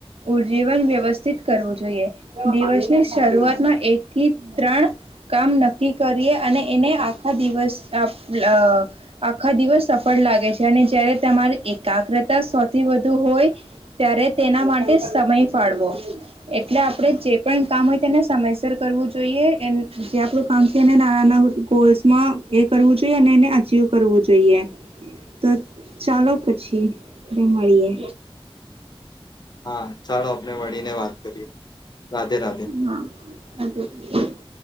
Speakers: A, on the right; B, on the left.
A: ઉજીવન વ્યવસ્થિત કરવું જોઈએ. દિવસ શરૂઆતમાં એક થી ત્રણ કામ નક્કી કરીએ. અને એને આખા દિવસ અ અ આખા દિવસ સફળ લાગે છે. અને જય્યારે તમારી એકાગ્રતા સૌથી વધુ હોય ત્યારે તેના માટે સમય ફાળવો. એટલે આપણે જે પણ કામ હોય તેને સમયસર કરવું જોઈએ. એન જે આપણું કામ છે એને નાના ના ગોલ્સમાં એ કરવું જોઈએ. અને એને અચીવ કરવું જોઈએ. તો ચાલો પછી મળીએ.
B: હા, ચાલો આપને વળીને વાત કરીએ. રાધે રાધે
A: હા, રાધે રાધે. <inaudible>